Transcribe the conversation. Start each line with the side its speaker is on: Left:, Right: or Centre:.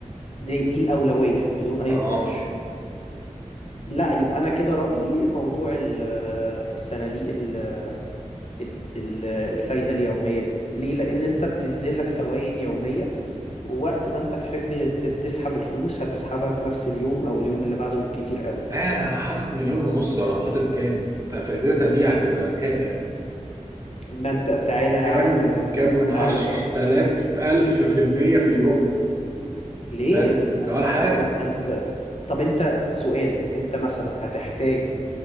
Left: دي دي الاولوية بدون اي
Right: اه
Left: نقاش لا يبقى انا كده رأيي موضوع ال- آه، الصناديق ال- ال- الفايدة اليومية دي ليه لان انت بتنزل لك فوائد يومية ووقت ما انت تحب ت- تسحب الفلوس هتسحبها في نفس اليوم او اليوم اللي بعده بالكتير قوي
Right: آه أنا حاطط مليون ونص وأنا حاطط كام؟ ده فايدتها دي هتبقى كام يعني؟
Left: ما انت تعالى يا
Right: كام
Left: عم
Right: كام من عشر
Left: تعالى نفكر
Right: تلاف ألف في المية في اليوم
Left: ليه
Right: فاهم؟
Left: ما
Right: ده
Left: انت,
Right: ولا حاجة
Left: ما انت طب انت سؤال انت مثلا هتحتاج